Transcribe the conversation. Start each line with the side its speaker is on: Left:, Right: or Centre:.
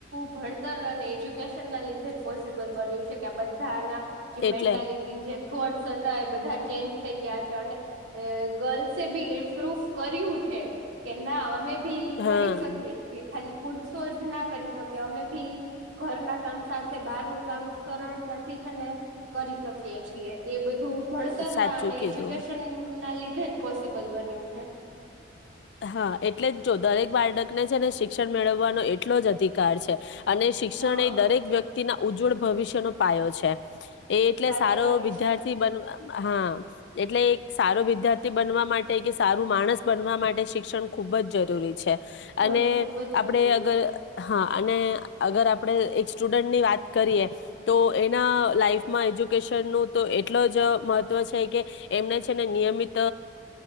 Right: ભણતરને એજ્યુકેશન ના લીધ પોસિબલ બન્યું છે કે આ બધાના જે
Left: એટલે
Right: મેન્ટાલિટી જે થોટસ હતા એ બધા ચેન્જ થઈ ગયા. છે ગર્લસ એ ભી. પ્રૂફ કર્યું છે કે ના અમે. ભી
Left: હા
Right: કરી શકીએ ખાલી. પુરસો જ ના કરી શકે અમે ભી ઘર ના કામ સા. બહાર નું કામ કરણ. સાથી છે ને કરી શકીએ છીએ એ બધું. હુ ભણતર
Left: સાચું
Right: ના અને
Left: કીધું
Right: એજ્યુકેશન. આ ના લીધે જ પોસિબલ બન્યું છે.
Left: હા એટલે જ જો દરેક બાળકને છે અને શિક્ષણ મેળવવાનો એ. એટલો જ અધિકાર છે. અને શિક્ષણ
Right: હા
Left: એ દરેક વ્યક્તિના ઉજ્જવળ ભવિષ્યનો. પાયો છે. એ એટલે
Right: સાચી
Left: સારો
Right: વાત
Left: વિદ્યાર્થી
Right: છે
Left: બનવામાં હા. એટલે એક સારો વિદ્યાર્થી બનવા માટે કે સારું માણસ બનવા માટે. શિક્ષણ ખુબ જ જરૂરી છે.
Right: ઘર
Left: અને
Right: ખુબ જ
Left: આપડે
Right: જરૂરી
Left: અગર
Right: છે
Left: હા. અને અગર આપણે એક સ્ટુડન્ટની વાત કરીએ તો એના લાાઈફમાં એજ્યુકેશનનું તો એટલો જ મહત્ત્વ છે કે એમને છે ને નિયમિત